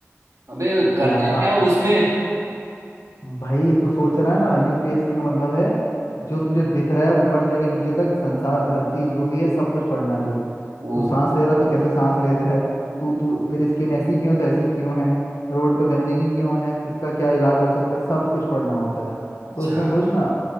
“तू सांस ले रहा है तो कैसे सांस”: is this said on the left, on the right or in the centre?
Left